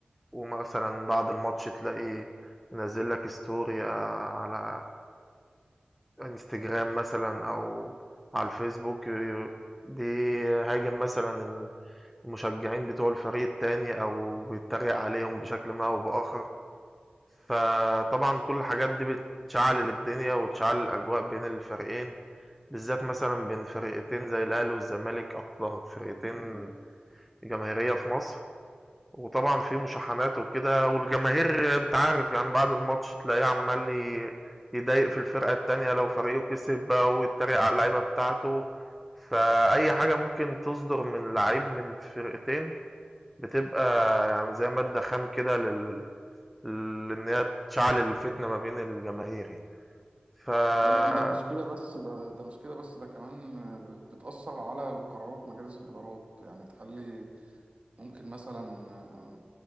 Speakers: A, in the centre; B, on the right.
A: ومثلًا بعد الماتش تلاقيه منزّل لك story آه، على إنستجرام مثلًا أو على الفيسبوك ي- بيهاجم مثلًا المشجعين بتوع الفريق التاني أو بيتريق عليهم بشكل ما أو بآخر، فطبعًا كل الحاجات دي بتشعلل الدنيا وتشعلل الأجواء بين الفريقين. بالذات مثلًا بين فرقتين زي الأهلي والزمالك، أكتر فرقتين جماهيرية في مصر، وطبعًا في مشاحنات وكده، والجماهير أنت عارف يعني بعد الماتش تلاقيه عمّال ي يضايق في الفرقة التانية لو فريقه كسب بقى ويتريق على اللعيبة بتاعته، فأي حاجة ممكن تصدر من لعيب من فرقتين بتبقى يعني زي مادة خام كده لل لإن هي تشعل الفتنة ما بين الجماهير يعني، ف بالضبط.
B: أم، ده مش كده بس ده, ده مش كده بس ده كمان آه، بت- بتأثر على قرارات مجالس الإدارات يعني تخلي ممكن مثلا آه،